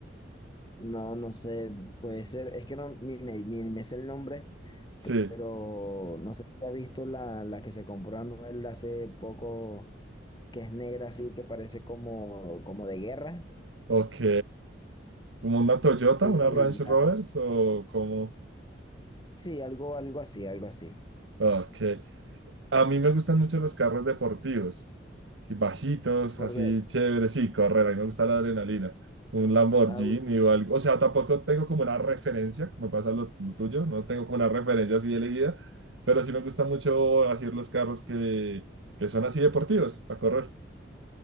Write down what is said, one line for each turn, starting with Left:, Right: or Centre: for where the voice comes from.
Left: No, no sé, puede ser, es que no, ni me, ni me sé el nombre,
Right: Sí,
Left: pero no sé si has visto la, la que se compró Anuel hace poco, que es negra así, que parece como, como de guerra,
Right: ok. ¿Como una Toyota,
Left: sí,
Right: una
Left: blindada,
Right: Range Rovers o como...
Left: sí, algo, algo así, algo así,
Right: Ok. A mí me gustan mucho los carros deportivos, y bajitos,
Left: por
Right: así
Left: ver,
Right: chéveres, sí, correr, a mí me gusta la adrenalina. Un Lamborghini
Left: au-
Right: o algo, o sea, tampoco tengo como una referencia, como pasa lo, lo tuyo, no tengo como una referencia así elegida, pero sí me gusta mucho hacer los carros que, que son así deportivos para correr.